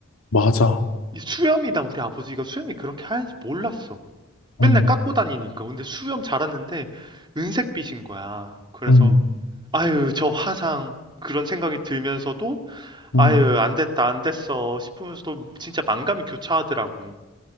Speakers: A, on the left; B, on the right.
A: 맞아.
B: 이 수염이, 난 우리 아버지가 수염이 그렇게 하얀지 몰랐어. 맨날
A: 음,
B: 깎고 다니니까. 근데 수염 자랐는데, 은색빛인 거야. 그래서,
A: 음,
B: 아유, 저 화상. 그런 생각이 들면서도,
A: 음.
B: 아유, 안 됐다, 안 됐어. 싶으면서도 진짜 만감이 교차하더라고.